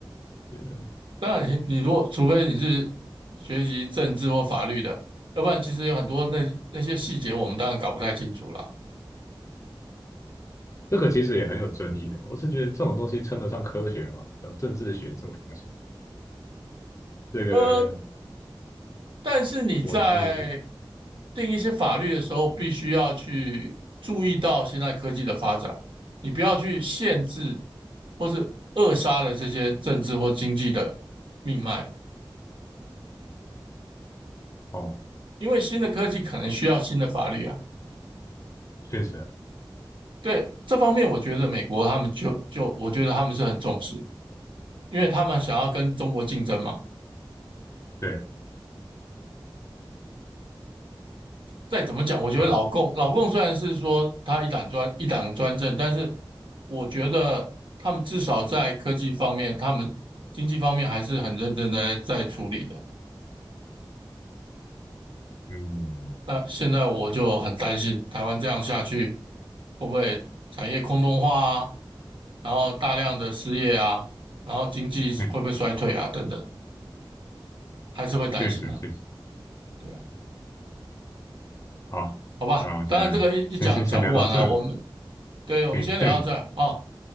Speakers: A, on the left; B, on the right.
A: 觉得。
B: 当然你，你如果除非你是学习政治或法律的，要不然其实有很多那那些细节我们当然搞不太清楚啦。
A: 这个其实也很有争议的。我是觉得这种东西称得上科学吗？有政治学这种东西，这个
B: 呃，但是你在
A: 我是
B: 定一些法律的时候，必须要去注意到现在科技的发展，你不要去限制或是扼杀了这些政治或经济的命脉，
A: 哦，
B: 因为新的科技可能需要新的法律啊。
A: 确实啊
B: 对，这方面我觉得美国他们就就我觉得他们是很重视，因为他们想要跟中国竞争嘛。
A: 对，
B: 再怎么讲，我觉得老共老共虽然是说他一党专一党专政，
A: 好，
B: 但是我觉得他们至少在科技方面，他们经济方面还是很认真的在处理的。
A: 嗯
B: 那现在我就很担心，台湾这样下去会不会产业空洞化啊，然后大量的失业啊，然后经济会不会衰退啊，
A: 嗯，
B: 等等，还是会担心啊。
A: 确实确实
B: 对啊，
A: 好。
B: 好吧，
A: 那我觉得先先先聊到这，
B: 当然这个一一讲讲不完了，我们对我们先聊到这儿啊，
A: 可以对，